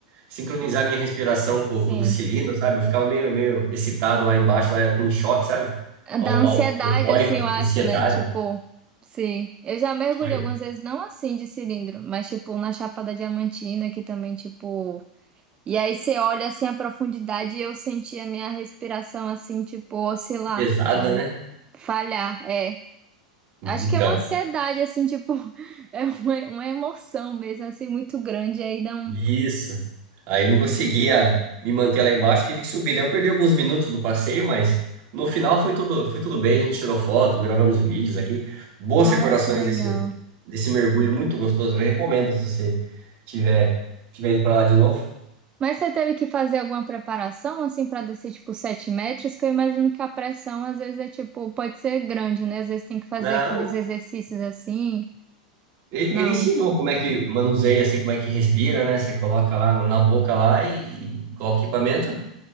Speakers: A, on the right (about 55°); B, on the right (about 25°).
A: sincronizar
B: <laughs>
A: minha respiração
B: Sim.
A: com, com o do cilindro, sabe? Eu ficava meio, meio excitado lá embaixo, lá com choque, sabe? Ao,
B: Da ansiedade,
A: ao, eufórico,
B: assim, eu acho,
A: ansiedade.
B: né? Tipo, sim. Eu já mergulhei
A: Foi
B: algumas vezes, não assim de cilindro, mas tipo na Chapada Diamantina, que também, tipo. E aí você olha assim a profundidade e eu senti a minha respiração assim, tipo, oscilar,
A: pesada,
B: sabe?
A: né?
B: Falhar, é.
A: Então,
B: Acho que é uma ansiedade, assim, tipo, <laughs> é uma, uma emoção mesmo, assim, muito grande. E aí dá um.
A: isso. Aí eu não conseguia me manter lá embaixo, tive que subir. Daí eu perdi alguns minutos do passeio, mas no final foi tudo, foi tudo bem. A gente tirou foto, gravamos vídeos aqui. Boas
B: Ah,
A: recordações
B: que legal.
A: desse, desse mergulho muito gostoso. Eu recomendo se você tiver, tiver indo para lá de novo.
B: Mas você teve que fazer alguma preparação, assim, para descer, tipo, 7 metros? Que eu imagino que a pressão, às vezes, é, tipo, pode ser grande, né? Às vezes tem que fazer
A: Não.
B: aqueles exercícios assim.
A: Ele,
B: Não.
A: ele ensinou como é que manuseia, assim, como é que respira, né? Você coloca lá na na boca lá e, e coloca o equipamento.